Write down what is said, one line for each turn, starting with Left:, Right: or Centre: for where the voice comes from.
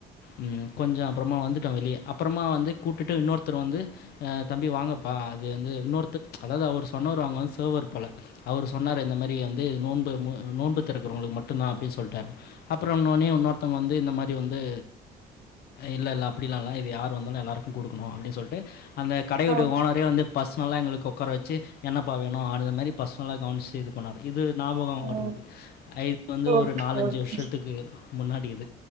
Left: ம் கொஞ்ச அப்புறமா வந்துட்டோ வெளிய அப்பறமா வந்து கூட்டுட்டு இன்னொருத்தர் வந்து ஆ தம்பி வாங்கப்பா அது வந்து இன்னொருத்த அதாவது அவரு சொன்னர் அங்க வந்து சேர்வர் போல அவரு சொன்னாரு இந்த மாரி வந்து நோம்பு நோம்பு திறக்கறவங்களுக்கு மட்டுந்தா அப்டின்னு சொல்ட்டாரு அப்பறோ இன்னொனே இன்னொத்தங்க வந்து இந்த மாரி வந்து இல்ல இல்ல அப்படிலா இல்ல இது யார் வந்தாலு எல்லாருக்கு குடுக்கணு அப்படின் சொல்ட்டு அந்த கடையுடைய
Right: ஆ
Left: ஓனரே வந்து பர்சனலாக எங்களுக்கு உக்கார வச்சு என்னப்பா வேணு அது மாரி பர்ஸ்னலா கவன்ச் செய்து போனார் இது ஞாபக
Right: ஓ
Left: வருந்தது ஐ இது வந்து
Right: ஓகே
Left: ஒரு நாலஞ்சு
Right: ஓகே
Left: வருஷத்துக்கு முன்னாடி இது